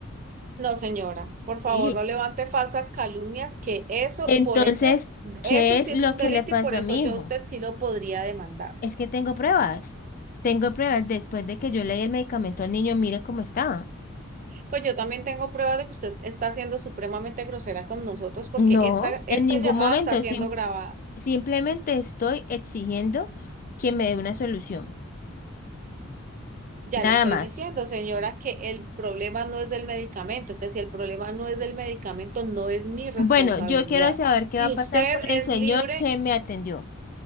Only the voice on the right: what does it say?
No, señora. Por favor,
no levante falsas calumnias, que eso,
por ese,
eso sí
es un
delito
y por eso
yo
a usted sí lo podría demandar.
Pues yo también tengo pruebas de que usted está siendo supremamente grosera con nosotros porque
esta, esta
llamada
está siendo
grabada.
Ya
le estoy
diciendo, señora, que el problema no es del medicamento. Entonces, si el problema no es del medicamento, no es mi responsabilidad.
Y
usted
es
libre,